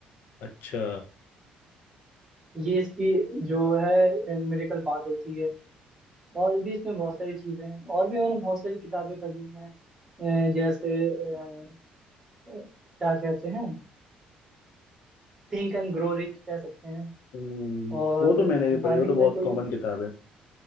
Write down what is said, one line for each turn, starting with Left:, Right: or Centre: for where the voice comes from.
Left: अच्छा
Right: ये इसकी जो है मेडिकल पार्ट होती है और भी इसमें बहुत सारी चीजें हैं और भी मैंने बहुत सारी किताबें पढ़ी हैं अ, जैसे अ, क्या कहते हैं थिंक एंड ग्रो रिच कह सकते हैं
Left: हम्म
Right: और
Left: वो तो मैंने
Right: फिलहाल
Left: भी पढ़ी वो
Right: ही
Left: तो
Right: में
Left: बहुत
Right: कोई
Left: कॉमन किताब है